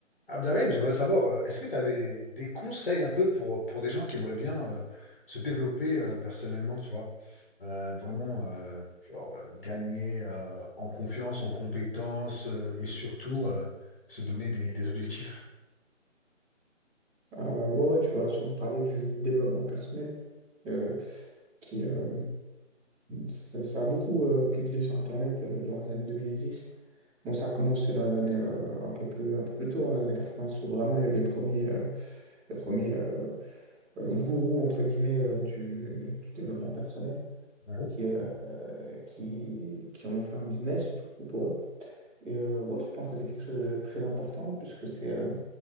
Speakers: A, on the left (about 45°); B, in the centre.
A: Abderrahim, j'aimerais savoir, euh, est-ce que tu as des, des conseils un peu pour, pour des gens qui aimeraient bien euh, se développer euh, personnellement, tu vois? Euh, vraiment, euh, genre, euh, gagner euh, en confiance, en compétence euh, et surtout euh, se donner des, des objectifs.
B: Euh, ouais, ouais, tu dois sûrement parler du développement personnel, euh, qui, euh, ça, ça a beaucoup euh, pigé sur Internet euh, durant les années 2010. Bon, ça a commencé dans les années euh, un peu plus, un peu plus tôt, dans les années 90, où vraiment il y a eu les premiers, euh, les premiers euh, euh, gourous, entre guillemets, euh, du, du développement personnel,
A: Ah bon
B: qui, euh, qui, qui en ont fait un business, du coup, pour eux. Et euh, ouais, je pense que c'est quelque chose de très important, puisque c'est euh,